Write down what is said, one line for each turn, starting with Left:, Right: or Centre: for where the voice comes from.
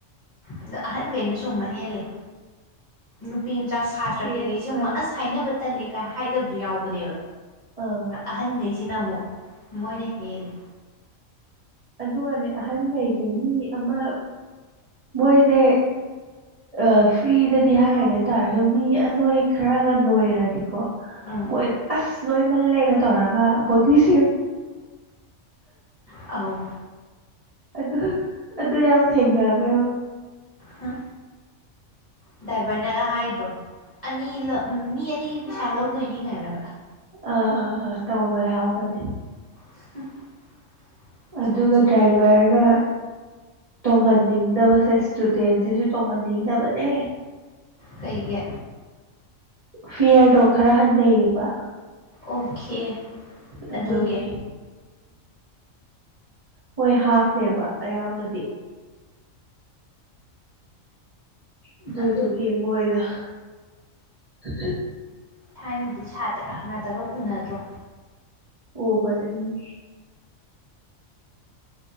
Left: ꯑꯗ ꯑꯍꯟꯈꯩꯅꯁꯨ ꯑꯃꯨꯛ ꯍꯦꯜꯂꯤ ꯅꯨꯄꯤ ꯃꯆꯥ ꯁꯥꯇ꯭ꯔ
Right: ꯄꯦꯠꯄꯅꯦ
Left: ꯀꯩꯀꯩꯁꯦ ꯑꯃꯨꯛ ꯑꯁ ꯍꯥꯏꯅꯕ ꯇꯜꯂꯦ ꯀꯥꯏ ꯍꯥꯏꯗꯕꯁꯨ ꯌꯥꯎꯕꯅꯦꯕ
Right: ꯑꯥ
Left: ꯑꯍꯟꯈꯩꯁꯤꯅ ꯑꯃꯨꯛ ꯃꯣꯏꯅ ꯍꯦꯜꯂꯤ
Right: ꯑꯗꯨꯒꯅꯦ ꯑꯍꯟꯈꯩꯁꯦ ꯃꯤ ꯑꯃ ꯃꯣꯏꯁꯦ ꯑ ꯐ꯭ꯔꯤꯗꯗꯤ ꯍꯥꯏꯔꯦꯇꯥꯔꯁꯨ ꯃꯤ ꯑꯅꯣꯏ ꯈꯔꯒ ꯅꯣꯏꯔꯗꯤꯀꯣ
Left: ꯎꯝ
Right: ꯃꯣꯏ ꯑꯁ ꯅꯣꯏꯃꯜꯂꯦꯒ ꯇꯧꯔꯒ ꯕꯣꯗꯤꯁꯦ
Left: ꯑꯥꯎ
Right: ꯑꯗꯨ ꯑꯗꯨ ꯌꯥꯝ ꯊꯦꯡꯅꯈꯣ
Left: ꯍꯥ ꯗ꯭ꯔꯥꯏꯚꯔꯅꯒ ꯍꯥꯏꯗ꯭ꯔꯣ ꯑꯅꯤ ꯃꯤ ꯑꯅꯤꯒꯤ ꯄꯩꯁꯥ ꯂꯧꯗꯣꯏꯅꯤ ꯀꯥꯏꯅ ꯈ
Right: ꯑꯥ ꯑꯥ ꯑꯥ ꯇꯧꯕ ꯌꯥꯎꯕꯅꯦ
Left: <unintelligible>
Right: ꯑꯗꯨꯒ
Left: ꯆꯥꯠ ꯆꯥꯠ
Right: ꯗ꯭ꯔꯥꯏꯚꯔꯅ ꯇꯣꯡꯍꯟꯅꯤꯡꯗꯕꯁꯦ ꯏꯁꯇꯨꯗꯦꯟꯁꯤꯁꯨ ꯇꯣꯡꯍꯟꯅꯤꯡꯗꯕꯅꯦ
Left: ꯀꯩꯦ
Right: ꯐꯤꯌꯔꯗꯣ ꯈꯔ ꯍꯟꯊꯩꯌꯦꯕ
Left: ꯑꯣꯀꯦ
Right: ꯑꯗꯣꯀꯦ
Left: ꯑꯗꯨꯒꯤ
Right: ꯍꯣꯏ ꯍꯥꯐꯅꯦꯕ ꯑꯌꯥꯝꯕꯗꯤ ꯑꯗꯨꯗꯨꯗꯤ
Left: ꯑꯗꯨ
Right: ꯃꯣꯏꯗ ꯎ
Left: ꯊꯥꯏꯅꯗꯤ ꯁꯥꯇ꯭ꯔ ꯉꯥꯛꯇꯒ ꯄꯨꯅꯗ꯭ꯔꯣ
Right: ꯑꯣꯕ ꯎꯝ